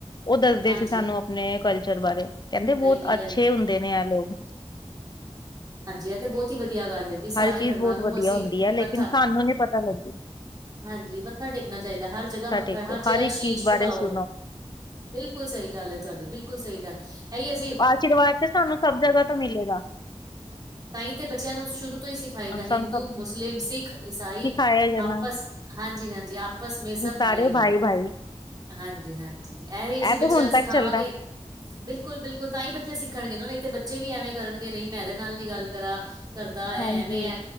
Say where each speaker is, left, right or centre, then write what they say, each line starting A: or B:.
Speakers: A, on the left; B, on the right.
A: ਉਹ ਦੱਸਦੇ
B: ਹਾਂਜੀ
A: ਸੀ ਸਾਨੂੰ ਆਪਣੇ ਕਲਚਰ ਬਾਰੇ ਕਹਿੰਦੇ
B: ਨਹੀਂ
A: ਬਹੁਤ
B: ਨਹੀਂ
A: ਅੱਛੇ ਹੁੰਦੇ ਨੇ ਹੈ ਲੋਕ
B: ਹਾਂਜੀ ਇਹ ਤੇੇ ਬਹੁਤ ਹੀ ਵਧੀਆ ਗੱਲ ਜ ਸਾਰੇ
A: ਹਰ ਚੀਜ਼
B: ਧਰਮਾਂ
A: ਬਹੁਤ
B: ਨੂੰ
A: ਵਧੀਆ
B: ਅਸੀਂ
A: ਹੁੰਦੀ ਹੈ ਲੇਕਿਨ
B: ਮੱਥਾ
A: ਸਾਨੂੰ ਨੀ ਪਤਾ ਲੱਗਦੀ
B: ਹਾਂਜੀ ਮੱਥਾ ਟੇਕਣਾ ਚਾਹੀਦਾ ਹਰ ਜਗ੍ਹਾ ਮੱਥਾ
A: ਟੇਕੋ
B: ਹਰ ਜਗ੍ਹਾ
A: ਇੱਕ
B: ਸ਼ੀਸ਼
A: ਚੀਜ਼ ਬਾਰੇ
B: ਝੁਕਾਓ
A: ਸੁਣੋ
B: ਬਿਲਕੁਲ ਸਹੀ ਗੱਲ ਹੈ ਤੁਹਾਡੀ ਬਿਲਕੁਲ ਸਹੀ ਗੱਲ ਇਹੀ ਅਸੀਂ
A: ਆਸ਼ੀਵਾਦ ਤੇ ਸਾਨੂੰ ਸਭ ਜਗ੍ਹਾ ਤੋਂ ਮਿਲੇਗਾ
B: ਤਾਂਾਈ ਤੇ ਬੱਚਿਆਂ ਨੂੰ ਸ਼ੁਰੂ ਤੋਂ ਹੀ ਸਿਖਾਈ ਦਾ
A: ਅ
B: ਹਿੰਦੂ
A: ਸਾਨੂੰ ਸਭ
B: ਮੁਸਲਿਮ ਸਿੱਖ ਈਾਈ
A: ਸਿਖਾਇਆ ਜਾਣਾ
B: ਆਪਸ ਹਾਂਜੀ ਹਾਂਜੀ ਆਪ ਆਪਸ ਮੈਂ ਸਭ
A: ਸਾਰੇ
B: ਭਾਈ ਭਾਈ
A: ਭਾਈ-ਭਾਈ
B: ਹਾਂਜੀ ਹਾਂਜੀ ਇਹ ਅਸੀਂ ਬੱਚਿਆਂ
A: ਤੇ ਹੁਣ
B: ਨੂੰ ਸਿਖਾਵਾਂਗੇ
A: ਤੱਕ ਚੱਲਦਾ
B: ਬਿਲਕੁਲ ਬਿਲਕੁਲ ਤਾਂ ਹੀ ਬੱਚੇ ਸਿੱਖਣਗੇ ਨਾ ਨਹੀਂ ਤੇ ਬੱਚੇ ਵੀ ਐਵੇਂ ਕਰਨਗੇ ਨਹੀਂ ਮੈਂ ਇਹਦੇ ਨਾਲ ਨੀ ਗੱਲ ਰਾ ਕਰਦਾ ਐਵੇਂ
A: ਹਾਂਜੀ।
B: ਹੈ